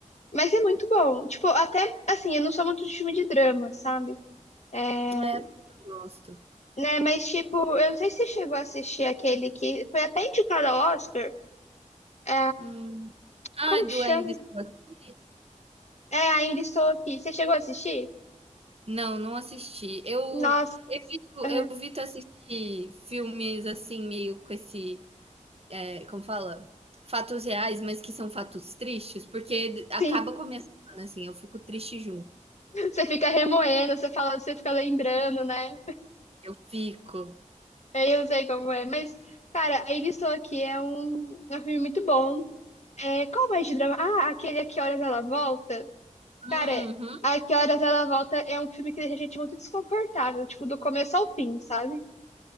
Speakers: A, on the left (about 60°); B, on the right (about 50°).
A: Mas é muito bom. Tipo, até assim, eu não sou muito de filme de drama, sabe? É,
B: É, eu gosto.
A: né, mas tipo, eu não sei se você chegou a assistir aquele que foi até indicado ao Oscar. É,
B: Hum. Ah,
A: como que
B: do
A: chama?
B: Ainda Estou Aqui.
A: É, ainda estou aqui. Você chegou a assistir?
B: Não, não assisti. Eu
A: Nossa,
B: evito,
A: é,
B: eu evito assistir filmes assim, meio com esse É, como fala? Fatos reais, mas que são fatos tristes, porque acaba
A: sim.
B: com a minha semana, assim, eu fico triste junto.
A: <laughs> Você fica remoendo, você fala, você fica lembrando, né?
B: Eu fico.
A: É, Eu não sei como é. Mas, cara, Ainda Estou Aqui é um, é um filme muito bom. É, qual mais de drama? Ah, aquele A Que Horas Ela Volta. Cara,
B: Uhum.
A: A Que Horas Ela Volta é um filme que deixa a gente muito desconfortável, tipo, do começo ao fim, sabe?